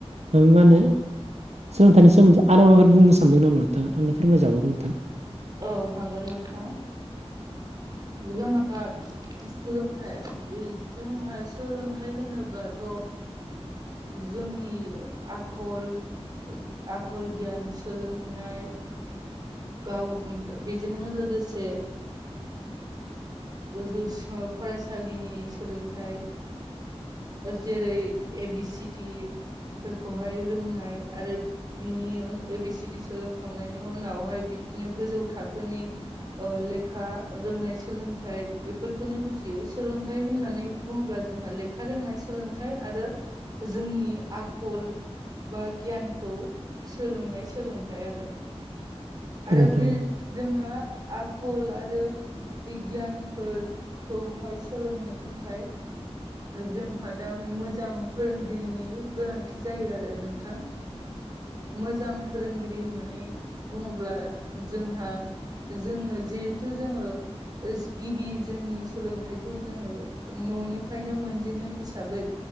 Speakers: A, on the right (about 85°); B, on the right (about 35°).
A: मा होनो सोलोंथाइ सोमोन्दै आरो माफोर बुंनो सानदों नामा नोंथां आंनो फोरमायजाबावगोन नोंथां
B: औ हागोन नोंथां जोंहा सोलोंथाइ जोंहा सोलोंथाइ होनोब्लाथ' जोंनि आखल आखल गियान सोलोंनाय गाव मफ्राय बेजोंनो लोगोसे <inaudible> फरायसालिनि सोलोंथाइ जेरै ए बि सिडि फोरफोरखौहाय रोंनाय आरो बिनि उन ए बि सिड सोलोंखांनायनि उनावहाय बिदिनो गोजौ थाखोनि लेखा रोंनाय सोलोंथाइ बेफोरखौनो बुजियो सोलोंथाइ होननानै बुङोब्ला जोंहा लेखा रोंनाय सोलोंथाइ आरो जोंनि आखल बा गियानखौ सोलोंनाय सोलोंथाइ आरो
A: <inaudible>
B: आरो बे जोंहा आखल आरो बिगियानफोरखौहाय सोलोंनो थाखाय जोंहा दा मोजां फोरोंगिरिनि गोनांथि जायो आरो नोंथां मोजां फोरोंगिरि होननानै बुङोब्ला जोंहा जोङो जिहेथु जोङो गिबि जोंनि सोलोंथाइखौ जोङो न'निफ्रायनो मोनजेनो हिसाबै